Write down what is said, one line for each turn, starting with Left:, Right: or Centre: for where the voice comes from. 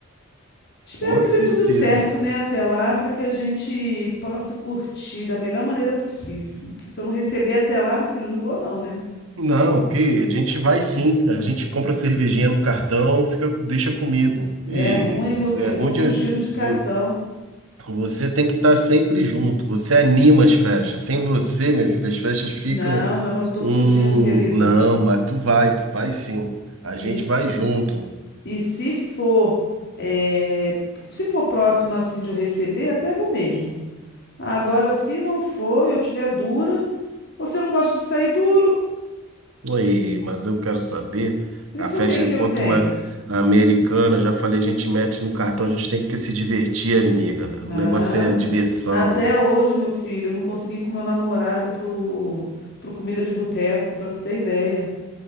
Left: Espero
Right: Com
Left: que
Right: certeza.
Left: dê tudo certo, né, até lá, para que a gente possa curtir da melhor maneira possível. Se eu não receber até lá, meu filho, eu não vou não, né?
Right: Não, ok, a gente vai sim. A gente compra cervejinha no cartão, fica, deixa comigo. E
Left: E é ruim, meu filho,
Right: é
Left: eu tô
Right: onde
Left: fugindo de cartão.
Right: vo- você tem que estar sempre junto. Você anima as festas. Sem você, minha filha, as festas ficam
Left: Não, não, mas eu tô
Right: um.
Left: fugindo, querido.
Right: Não, mas tu vai, tu vai sim. A gente
Left: E, s-
Right: vai junto.
Left: e se for, eh, se for próximo assim de eu receber, até vou mesmo. Agora, se não for, eu tiver dura, você não gosta de sair duro?
Right: Oi, mas eu quero saber, a
Left: E por
Right: festa,
Left: que que
Right: quanto
Left: eu tenho?
Right: uma americana, já falei, a gente mete no cartão, a gente tem que se divertir, amiga.
Left: Nada.
Right: O negócio é diversão.
Left: Até hoje, meu filho, eu não consegui ir com meu namorado pro, pro comida de boteco, pra tu ter ideia.